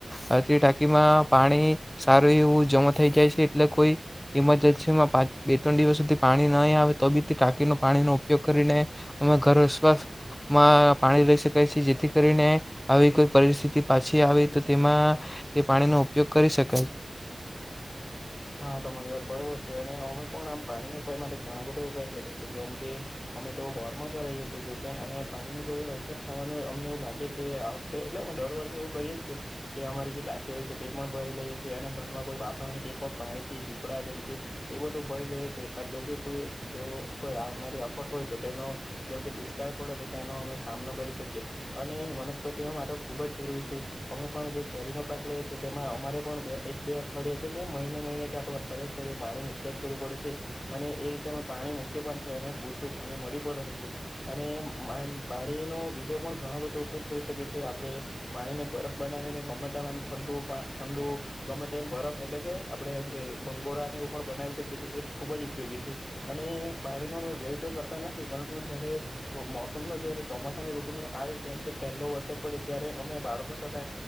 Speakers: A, on the left; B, on the left.
A: આ તે ટાંકીમાં પાણી સારું એવું જમા થઈ જાય છે. એટલે કોઈ ઇમરજન્સીમાં પાંચ બે ત્રણ દિવસ સુધી પાણી નહીં આવે તો બી ટાકીનો પાણીનો ઉપયોગ કરીને, અમે ઘર વસવામાં પાણી લઈ શકાય છે. જેથી કરીને આવી કોઈ પરિસ્થિતિ પાછી આવી તો તેમાં તે પાણીનો ઉપયોગ કરી શકાય.
B: હા તમારી વાત બરોબર છે. અને અમે પણ આમ પાણીનો ઉપાય માટે ઘણો બધો ઉપાય કરીએ છીએ. જેમ કે, અમે તો બોર પણ કરાવએ છીએ જો કે અને પાણી ની કોઈ વાર અછત થવાનું અમને એવું લાગે કે, આ વખતે એટલેમે દર વર્ષે એવું કરીએ જીએ કે અમારી જે ટાકી હોય છે તે પણ ભરી લઈએ છીએ, અને ઘરમાં કોઈ વાસણ હોય તે પાણીથી પીપળા જેમકે એ બધું ભરી લઈએ છીએ. અને જોકે કોઈ જો, કોઈ આવનારી આફટ હોય તો તેનો જેમકે દુષ્કાળ પડે તો, તેનો અમે સામનો કરી શકીએ. અને વનસ્પતિઓ માટે ખુબ જ જરૂરી છે. અમે પણ જે કેરીનો પાક લઈએ છીએ તેમાં અમારે પણ બે એક બે અઠવાડિયાે એટ કે મહિને મહિને કે આખુ અઠવાડિયે થળે પાણી મૂક્યા જ કરવું પડે છે. અને એ રીતે અમે પાણી મૂકીએ પણ છે. અને પૂરતું પાણી મળી પણ રહે છે. અને પાણીનો બીજો પણ ઘણો બધો ઉપયોગ થઈ શકે છે. આપણે પાણીને બરફ બનાવીને ગમે ટાઈમ ઠંડ ઠંડુ ગમે ટાઈમ બરફ એટલે કે આપણે એમ કે બંગોરાને એવું પણ બનાવી શકીએ છીએ. એ ખુબ જ ઉપયોગી છે. અને પાણીનો તો વ્યય તો કરતા નથી. પરંતુ જયારે મોસમનો જયારે ચોમાસા અને ઋતુ નો આવે ત્યારે જે પહેલો વરસાદ પડે ત્યારે, અમે બાળકો સાથે